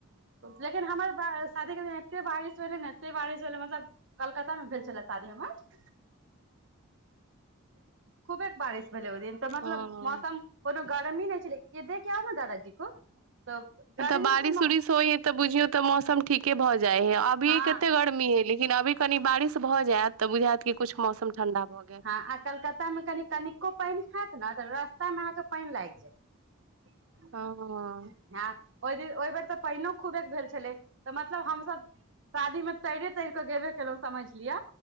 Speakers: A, on the right; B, on the right.
A: लेकिन हमर वा शादीे दिन एते बारिश भेलै ने एते बारिश भेलै मतलब कलकता मे भेल छलै शादी हमर खुबेक बारिश भेलल ओ दिन तऽ मतलब
B: हँ
A: मौसम कोनो गरमी नहि छलै य दे के आओ ने दादाजी को तऽ गर्मी
B: तऽ बारिश
A: ओते
B: उरिश होइ है तऽ बुझियौ तऽ मौसम ठीके भऽ जाइ ह अभीे
A: हँ
B: कते गर्मी हे लेकिन अभी कनि बारिश भ जायत तऽ बुझायत क कुछ मौसम ठंडा भऽ गेल
A: हाँ आ कलकत्ता में कनि कनिको पाइन हेत ने तऽ रास्ता में अहाँ के पाइन लाग जायत
B: हँ
A: <inaudible> हँ ओए दिन ओहि बेर तऽ पानि खूबे भेल छलै तऽ मतलब हमसभ शादी में तैरे तैर कऽ गेवे कइलू समझ लियअ